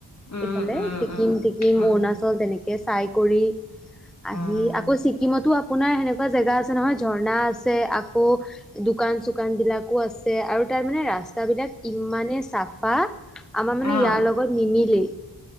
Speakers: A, on the left; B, in the centre.
A: উম
B: এইফালে
A: উম
B: ছিকিম
A: উম
B: টিকিম
A: উম
B: অৰুণাচল তেনেকে চাই কৰি আহি
A: উম
B: আকৌ ছিকিমতো আপোনাৰ সেনেকুৱা জেগা আছে নহয় ঝৰ্ণা আছে আকৌ দোকান চোকান বিলাকো আছ আৰু তাৰ মানে ৰাস্তা বিলাক ইমানে চাফা আমাৰ মানে
A: অ
B: ইয়াৰ লগত নিমিলেই